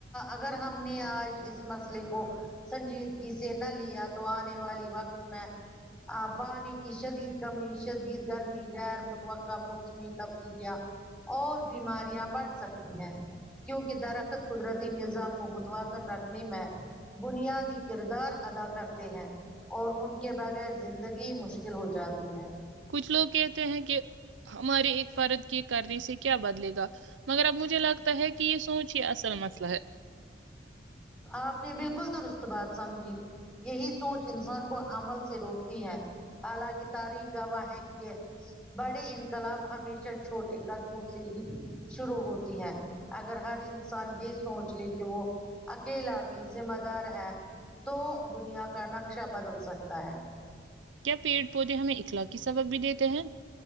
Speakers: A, in the centre; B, on the right (about 90°).
A: اگر ہم نے آج اس مسئلے کو سنجیدگی سے نہ لیا تو آنے والی وقت میں پانی کی شدید کمی شدید گرمی غیر متوقع موسمی تبدیلیاں اور بیماریاں بڑھ سکتی ہیں کیونکہ درکت قدرتی نظام کو متوازن رکھنے میں بنیادی کردار ادا کرتے ہیں اور ان کے بغیر زندگی مشکل ہو جاتی ہے
B: کچھ لوگ کہتے ہیں کہ ہمارے ایک فرد کے کرنے سے کیا بدلے گا مگر اب مجھے لگتا ہے کہ یہ سوچ ہی اصل مسئلہ ہے
A: آپ نے بالکل درست بات سمجھی یہی سوچ انسان کو عمل سے روکتی ہے الاکے کی تاریخ گواہ ہے کے بڑے انقلاب ہمیشہ چھوٹے قدموں سے ہی شروع ہوتی ہیں اگر ہر انسان یہ سوچ لے کہ وہ اکیلا بھی ذمہ دار ہے تو دنیا کا نقشہ بدل سکتا ہے
B: کیا پیڑ پودے ہمیں اخلاقی سبق بھی دیتے ہیں